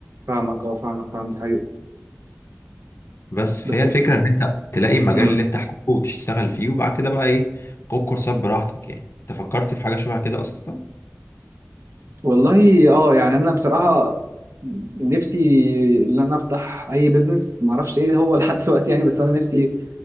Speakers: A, on the right; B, on the left.
A: فاهمك اه فاهمك فاهم دي حقيقة
B: بس فهي
A: بس
B: الفكرة ان انت تلاقي المجال
A: مم.
B: اللي انت حابه وتشتغل فيه وبعد كده بقى ايه خد كورسات براحتك يعني انت فكرت في حاجة شبه كده اصلا؟
A: والله اه يعني انا بصراحه نفسي ان انا افتح اي بيزنس ما اعرفش ايه هو <laughs> لحد دلوقتي يعني بس انا نفسي